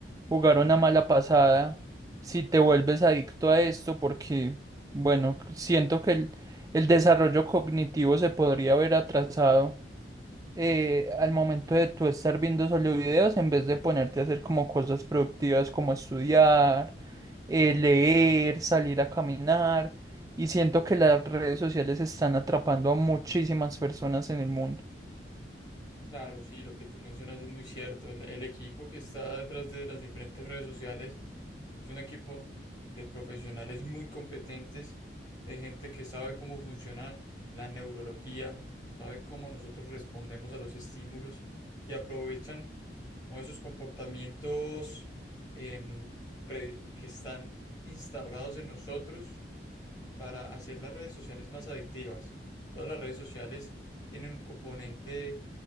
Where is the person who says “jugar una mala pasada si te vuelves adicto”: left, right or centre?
Right